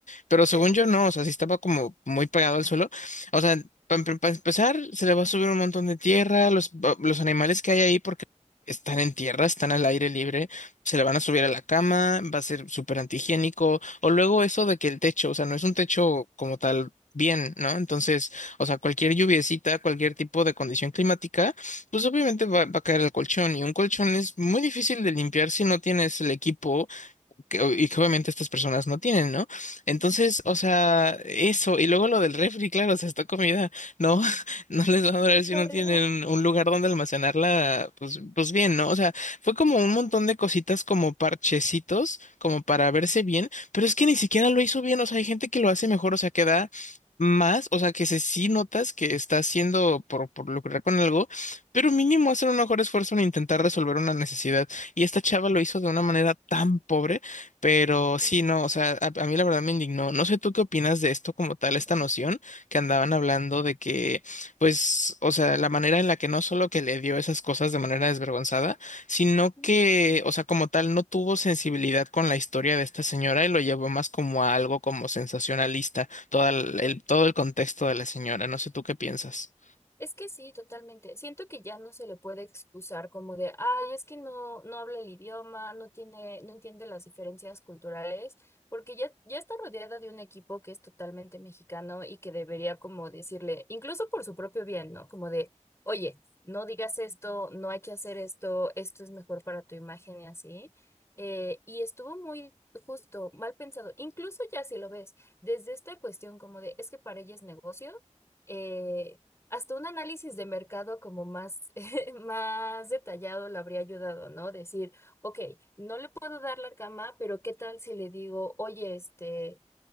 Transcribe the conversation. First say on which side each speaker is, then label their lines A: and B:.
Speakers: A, on the left; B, on the left.
A: pero
B: Sí.
A: según yo no, o sea, si estaba como muy pegado al suelo. O sea, para empezar, se le va a subir un montón de tierra, los, va- los animales que hay ahí, porque están en tierra, están al aire libre, se le van a subir a la cama, va a ser súper antihigiénico. O luego eso de que el techo, o sea, no es un techo como tal. Bien, ¿no? Entonces, o sea, cualquier lluviecita, cualquier tipo de condición climática, pues obviamente va, va a caer el colchón y un colchón es muy difícil de limpiar si no tienes el equipo que o- y que obviamente estas personas no tienen, ¿no? Entonces, o sea, eso, y luego lo del refri, claro, o sea, esta comida no, <laughs> no les va a durar
B: Está
A: si no
B: horrible.
A: tienen un lugar donde almacenarla, pues, pues bien, ¿no? O sea, fue como un montón de cositas como parchecitos, como para verse bien, pero es que ni siquiera lo hizo bien, o sea, hay gente que lo hace mejor, o sea, que da más, o sea, que se sí notas que está haciendo por, por lucrar con algo, pero mínimo hacer un mejor esfuerzo en intentar resolver una necesidad. Y esta chava lo hizo de una manera tan pobre. Pero
B: Ujú.
A: sí, no, o sea, a, a mí la verdad me indignó. No sé tú qué opinas de esto como tal, esta
B: Sí.
A: noción que andaban hablando de que, pues, o sea, la manera en la que no solo que le dio esas cosas de manera desvergonzada, sino
B: Mm.
A: que, o sea, como tal, no tuvo sensibilidad con la historia de esta señora y lo llevó más como a algo como sensacionalista, todo el,
B: Sí.
A: el- todo el contexto de la señora. No sé tú qué piensas.
B: Es que sí, totalmente. Siento que ya no se le puede excusar como de, ay, es que no, no habla el idioma, no tiene, no entiende las diferencias culturales, porque ya, ya está rodeada de un equipo que es totalmente mexicano y que debería como decirle, incluso por su propio bien, ¿no? Como de, oye, no digas esto, no hay que hacer esto, esto es mejor para tu imagen y así. Eh, y estuvo muy justo, mal pensado. Incluso ya si lo ves, desde esta cuestión como de, es que para ella es negocio. eh, hasta un análisis de mercado como más, <laughs> más detallado le habría ayudado, ¿no? Decir, ok, no le puedo dar la cama, pero ¿qué tal si le digo, oye, este,